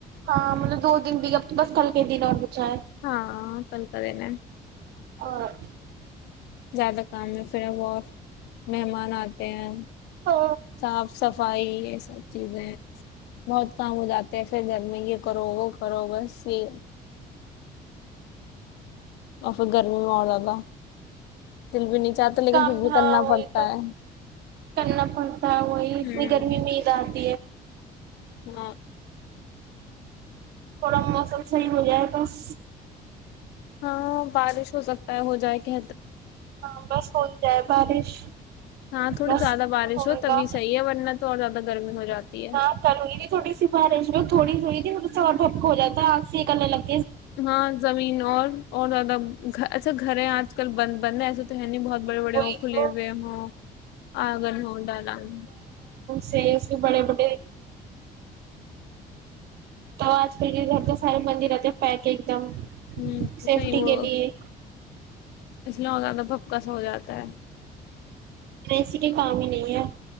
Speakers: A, on the right; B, on the left.
A: ہاں مطلب دو دن بھی گ بس کل کے دن اور بچا ہے
B: ہاں فنک دین
A: اور
B: زیادہ کام میں پھر بہت مہمان آتے ہیں
A: تو
B: صاف صفائی یہ سب چیزیں بہت کام ہو جاتے ہیں پھر گھر میں یہ کرو گ وہ کرو گا پھر اور پھر گرمی میں بہت زیادہ دل بھی نہیں چاہتا لیکن
A: کام
B: پھر بھی
A: نہا
B: کرنا
A: ہوئی
B: پڑتا
A: تو
B: ہے
A: کرنا پن تھا ہوئی
B: ہوں
A: گرمی میں رہا پ
B: ہاں
A: تھوڑا موسم صحیح ہو جائے بس
B: ہاں بارش ہو سکتی ہو جائے کہ
A: ہاں بس ہو جائے بارش
B: ہاں تھوڑی
A: بس
B: زیادہ بارش
A: ہوگا
B: ہو تبھی صحیح ہے ورنہ تو اور زیادہ گرمی ہو جاتی ہے
A: ہاں کل ہوئی تھی تھوڑی سی بارش جو تھوڑی س ہوئی تھی م پپک ہو جات ہے آگ سے یہ کرنے لگتا
B: ہاں زمین اور اور زیادہ ای گھریں آج کل بند بند ہے ایسا تو ہے نہیں بہت بڑے بڑے
A: وہی
B: ہو کھلے
A: تو
B: ہوئے ہوں آنگن ہو دالال ہو
A: سیف بھی بڑے بڑے تو آج کل کے ادھر کا سارے مندر آتے پیک ایک دم
B: ہوں
A: سیفٹی
B: صحیح وہ
A: کے لیے
B: اس لیے ہو زیادہ پھپکس ہو جاتا ہے
A: ل اسسی کے کام ہی نہیں ہے